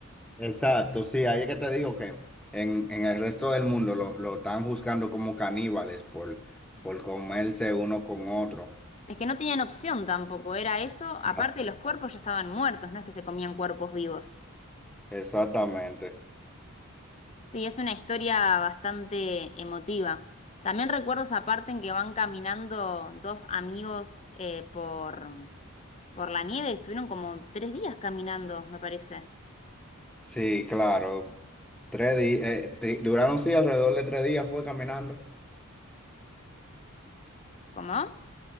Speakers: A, in the centre; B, on the left.
A: Exacto, sí, ahí es que te digo que en, en el resto del mundo lo, lo están juzgando como caníbales por, por comerse uno con otro.
B: Es que no tenían opción tampoco, era eso. Aparte,
A: Ah.
B: los cuerpos ya estaban muertos, no es que se comían cuerpos vivos.
A: Exactamente.
B: Sí, es una historia bastante emotiva. También recuerdo esa parte en que van caminando dos amigos eh, por, por la nieve. Estuvieron como tres días caminando, me parece.
A: Sí, claro. Tres días, duraron sí alrededor de tres días fue caminando.
B: ¿Cómo?